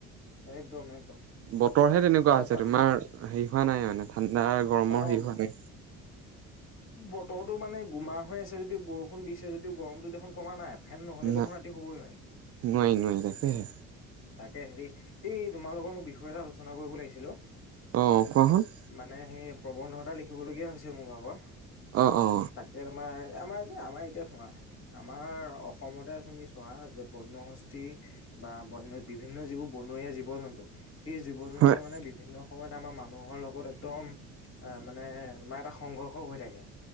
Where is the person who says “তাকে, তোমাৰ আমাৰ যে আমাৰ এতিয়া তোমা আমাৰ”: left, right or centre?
Left